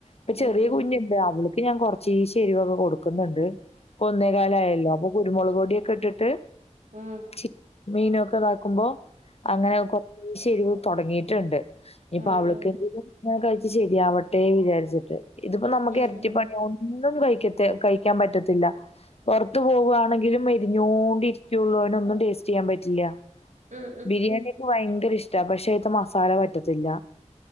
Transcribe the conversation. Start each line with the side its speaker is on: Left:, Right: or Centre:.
Left: ഇപ്പൊ
Right: ഉം
Left: ചെറിയ
Right: ഉം ഉം
Left: കുഞ്ഞുണ്ട് അവൾക്ക് ഞാൻ കുറച്ചീച്ച് എരിവൊക്കെ കൊടുക്കുന്നുണ്ട് ഇപ്പ ഒന്നേ കാലായല്ലോ അപ്പൊ കുരുമുളക് പൊടിയൊക്കെ ഇട്ടിട്ട്
Right: ഉം
Left: ചീ മീനൊക്കെ ഇതാക്കുമ്പോ അങ്ങനെ <unintelligible> എരിവ് തുടങ്ങിയിട്ടുണ്ട്
Right: ഉം
Left: ഇനിപ്പൊ അവൾക്ക്
Right: ഉം ഉം ഉം
Left: എങ്കിലും ഇങ്ങനെകഴിച്ച് ശരിയാവട്ടേന്ന് വിചാരിച്ചിട്ട് ഇതിപ്പോ നമ്മുക്ക് എരട്ടിപ്പണിയാവും
Right: ഉം
Left: ഒന്നും കഴിക്കത്തെ കഴിക്കാൻ പറ്റത്തില്ല പുറത്ത് പോവാ <unintelligible> എരിഞ്ഞോണ്ടിരിക്കൊള്ളു അവനൊന്നും ടേസ്റ്റ് ചെയ്യാൻ പറ്റില്ല
Right: ഉം ഉം ഉം ഉം
Left: ബിരിയാണി ഭയങ്കര ഇഷ്ട പക്ഷെ ഇവൾക്ക് മസാല പറ്റത്തില്ല